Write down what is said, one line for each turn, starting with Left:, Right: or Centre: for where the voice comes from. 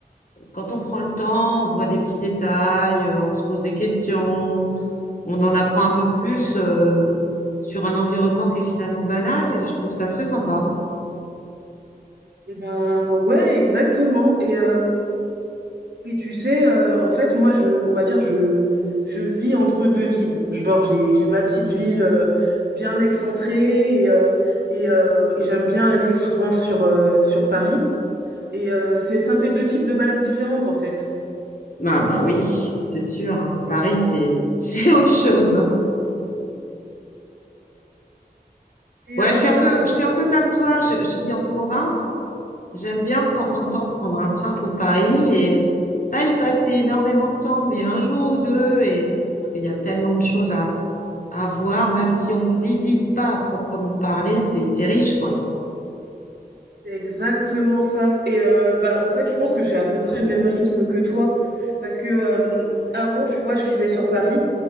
Left: quand on prend le temps, on voit des petits détails, euh, on se pose des questions, on en apprend un peu plus euh, sur un environnement qui est finalement banal et je trouve ça très sympa.
Right: Et ben ouais, exactement. Et euh, Et tu sais, euh, en fait, moi, je, on va dire, je, je vis entre deux villes. Genre, j'ai, j'ai ma petite ville euh, bien excentrée et, euh, et, euh, et j'aime bien aller souvent sur, euh, sur Paris. Et euh, c'est, ça me fait deux types de balades différentes, en fait.
Left: Ah bah oui, c'est sûr. hein. Paris, c'est <laughs> c'est autre chose.
Right: Et
Left: Ouais,
Right: euh,
Left: je suis un peu,
Right: si,
Left: je suis un peu comme toi, je, je vis en province J'aime bien de temps en temps prendre un train pour Paris et pas y passer énormément de temps, mais un jour ou deux, et, parce qu'il y a tellement de choses à, à voir, même si on visite pas à proprement parler, c'est, c'est riche, quoi.
Right: c'est exactement ça. Et euh, bah, en fait, je pense que j'ai à peu près le même rythme que toi. Parce que euh, avant, tu vois, je vivais sur Paris